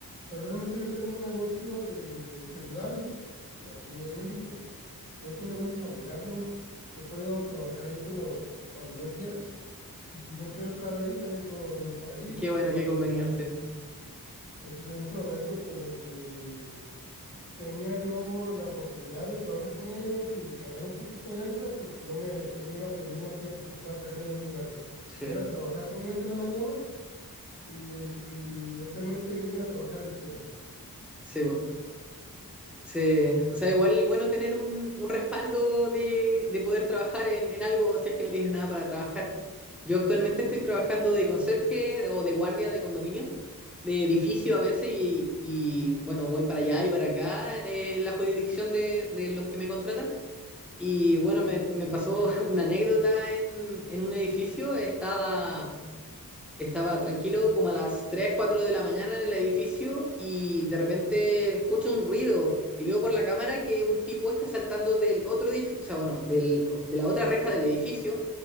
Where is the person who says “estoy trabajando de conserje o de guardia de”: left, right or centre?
Centre